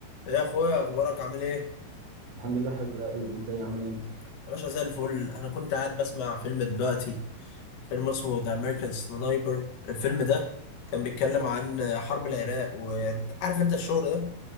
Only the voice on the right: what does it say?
الحمد لله حبيب قلبي انت ايه عامل ايه انت اه